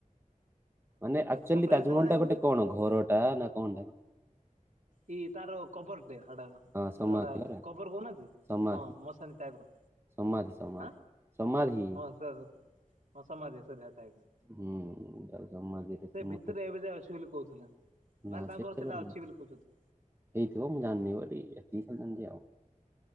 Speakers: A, on the right; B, on the right.
A: ମାନେ ଆକ୍ଚୁଆଲି
B: ସରପ୍ରାଇଜ
A: ତାଜମହଲ
B: ଦବା ଲାଗି
A: ଟା ଗୋଟେ କଣ ଘରଟା ନା କଣ ଟା?
B: ଇ ତାର କବର୍ ଟେ ହାଡ଼ାର।
A: ହଁ
B: ସେଟା
A: ସମାଧି
B: ଗୋଟା
A: ପରା
B: କବର୍ କହୁନାହାନ୍ତି
A: ସମାଧି
B: ହଁ ମଶାନୀ ଟାଇପ୍ ର।
A: ସମାଧି ସମାଧି
B: ଆଁ
A: ସମାଧି
B: ହଁ ସେଇଆ ତ ହଁ ସମାଧି ଓସାରିଆ ଟାଇପ୍ ର।
A: ହୁଁ ତାର ସମାଧୀରେ ହୁଁ
B: ଭିତେରେ ଏବେ ଯାଏ ଅଛି ବୋଲି କହୁଥିଲା।
A: ନା
B: ମାନେ ତାଙ୍କର
A: ସେଇଟା
B: ସେଟା
A: ଜାଣିନି
B: ଅଛି ବୋଲି କହୁଚନ୍ତି।
A: ହେଇଥିବ ମୁଁ ଜାଣିନି ବଡ଼ି ଏତିକି ଖାଲି ଜାଣଚି ଆଉ।